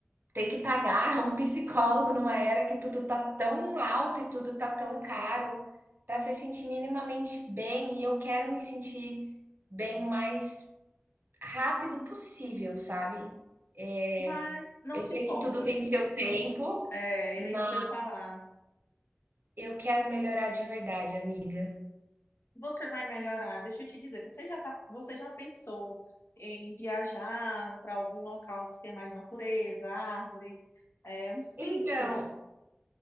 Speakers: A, on the right; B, on the left.
A: ter que pagar <laughs> um psicólogo numa era que tudo tá tão alto e tudo tá tão caro para se sentir minimamente bem. E eu quero me sentir bem o mais rápido possível, sabe? É,
B: Mas não
A: eu
B: se
A: sei
B: força,
A: que tudo tem
B: amiga.
A: seu tempo,
B: É,
A: mas
B: era isso que eu ia falar.
A: eu quero melhorar de verdade, amiga.
B: Você vai melhorar. Deixa eu te dizer, você já tá, você já pensou em viajar para algum local que tenha mais natureza, árvores, é, um sítio?
A: Então,